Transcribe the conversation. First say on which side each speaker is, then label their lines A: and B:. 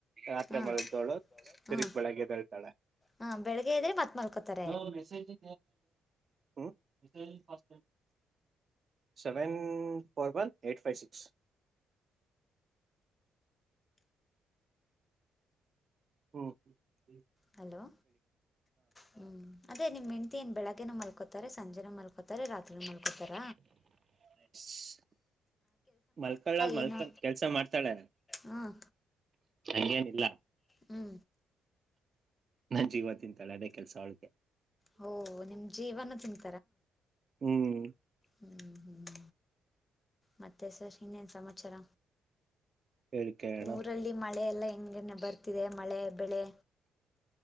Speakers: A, on the right; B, on the left.
A: ರಾತ್ರೆ
B: ಹಾಂ
A: ಮಲಗದವ್ಳು
B: ಹಾಂ
A: ತಿರಿದ್ ಬೆಳಗ್ಗೆ ಎದ್ದೇಳ್ತಾಳೆ
B: ಹಾಂ ಬೆಳಗ್ಗೆ ಎದ್ರೆ ಮತ್ತೆ ಮಲ್ಕೋತಾರೆ
A: ಲೋ ಮೆಸಜ ಮ <unintelligible> seven four one eight five six <inaudible> ಹ್ಮ್ ಹ್ಮ
B: ಹಲೋ ಹ್ಮ್ ಅದೇ ನಿಮ್ ಹೆಂಡತಿ ಏನ್ ಬೆಳಗ್ಗಿನ ಮಲ್ಕೋತಾರೆ ಸಂಜೆನು ಮಲ್ ತಾರೆ ರಾತ್ರಿನು ಮಲ್ಕೋತಾರ
A: <unintelligible> ಮಲ್ಕಳ್
B: ಏನು
A: ಕೆಲ್ಸ ಮಾಡ್ತಾಳೆ
B: ಹಾಂ
A: ಅಂಗೇನಿಲ್ಲ
B: ಹ್ಞೂ
A: ನನ್ ಜೀವ ತಿಂತಾಳೆ ಅದೇ ಕೆಲ್ಸ ಅವಳಿಗೆ
B: ಹಓ ನಿಮ್ ಜೀವನ ತಿನ್
A: ಹ್ಮ್
B: ಹ್ಮ್ ಹ್ಮ್ ಮತ್ತೆ ಸರ್ ಇನ್ನೇನ್ ಸಮಾಚಾರ
A: ಹೇಳಿ ಕೇಳೋಣ
B: ಊರಲ್ಲಿ ಮಳೆಲ್ಲಾ ಹೆಂಗನೆ ಬರ್ತಿದೆ ಮಳೆ ಬೆಳೆ